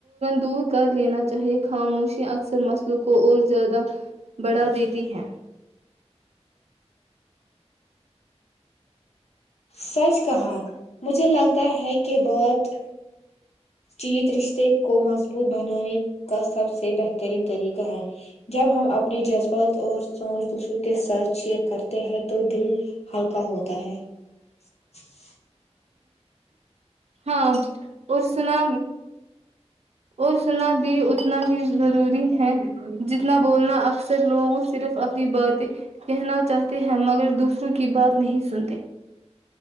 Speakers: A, on the right (about 65°); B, on the left (about 65°).
A: دور کر لینا چاہے خاموشیا اکثر مسلو کو اور زیادہ بڑھا دیتی ہے
B: سچ کہا مجھے لگتا ہے کہ بہت چیت رشتے کو مضبوط بنانے کا سب سے بہترین طریقہ ہے جب ہم اپنے جذبات اور سوچ دوسروں کے ساتھ شیئر کرتے ہیں تو دل ہلکا ہوتا ہے <inaudible>
A: ہاں اور سنا اور سنا بھی اتنا ہی ضروری ہے جتنا بولنا اکثر لوگوں صرف باتیں کہنا چاہتے ہیں مگر دوسروں کی بات نہیں سنتے